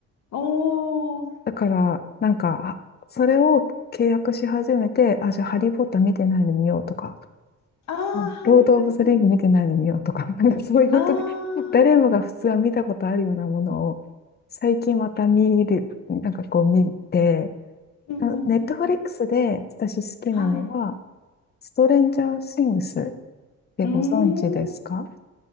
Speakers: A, on the left; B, on the left.
A: おー。
B: だから、なんか、あそれを契約し始めて、あ、じゃあ、ハリー・ポッター見てないの見ようとか、
A: ああ、
B: うんロード・
A: はいはいはい。
B: オブ・ザ・リング見てないの見ようとか、<laughs> なんかそういう本当に誰もが普通は見たことあるようなものを、
A: ああ、
B: 最近また見る、なんかこう見て、
A: うんうんうん。
B: ネットフリックスで私好きなのは、
A: はい。
B: ストレンジャーシングスってご存知ですか
A: うーん、